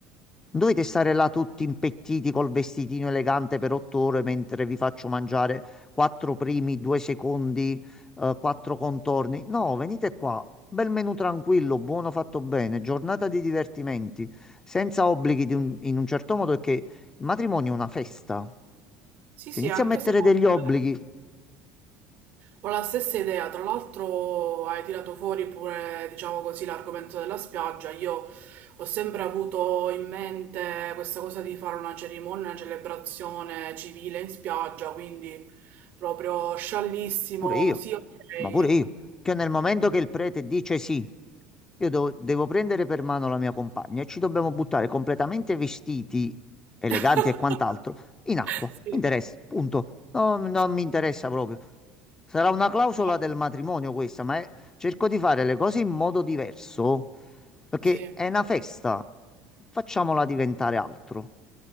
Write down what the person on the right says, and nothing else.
Sì,
sì,
anche
secondo
me. Ho la stessa idea. Tra l'altro hai tirato fuori pure, diciamo così, l'argomento della spiaggia. Io ho sempre avuto in mente questa cosa di fare una cerimonia, una celebrazione civile in spiaggia, quindi proprio sciallissimo.
Sì, ok.
Eh.
<laughs>
Sì,
sì,
sì.
Sì.